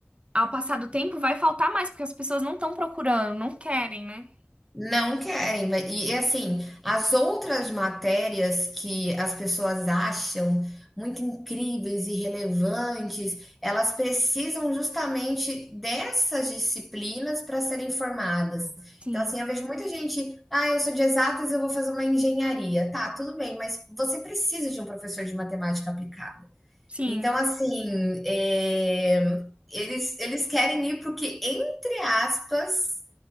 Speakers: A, on the right (about 25°); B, in the centre.
A: ao passar do tempo vai faltar mais, porque as pessoas não estão procurando, não querem, né?
B: Não querem, vai e e, assim, as outras matérias que as pessoas acham muito incríveis e relevantes, elas precisam justamente dessas disciplinas para serem formadas.
A: Sim,
B: Então, assim, eu vejo muita gente, ah, eu sou de exatas, eu vou fazer uma engenharia. Tá, tudo bem, mas você precisa de um professor de matemática aplicada.
A: sim,
B: Então, assim, eh, eles eles querem ir para o que, entre aspas,